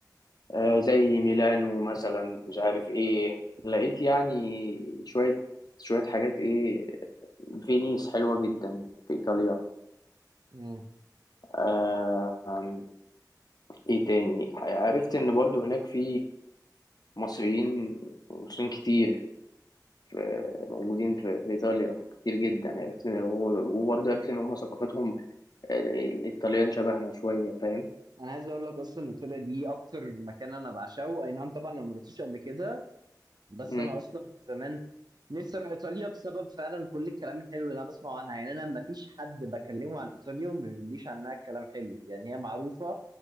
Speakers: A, on the left; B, on the right.
A: آه، زي ميلانو مثلا مش عارف ايه لقيت يعني شوية شوية حاجات ايه فينيس حلوة جدا في ايطاليا
B: مم.
A: آه، آم، ايه تاني عرفت ان برضو هناك في مصريين مصريين كتير في- موجودين في في ايطاليا كتير جدا عرفت إن هو- وبرضو عرفت ان هم ثقافتهم آه، الايطاليان شبهنا شوية فاهم
B: انا عايز اقول لك اصلا ايطاليا دي اكتر مكان انا بعشقه اي نعم طبعا انا ما رحتش قبل كده بس
A: مم.
B: انا اصلا من زمان نفسي اروح ايطاليا بسبب فعلا كل الكلام الحلو اللي انا بسمعه عنها يعني انا ما فيش حد بكلمه عن ايطاليا وما بيقوليش عنها كلام حلو يعني هي معروفه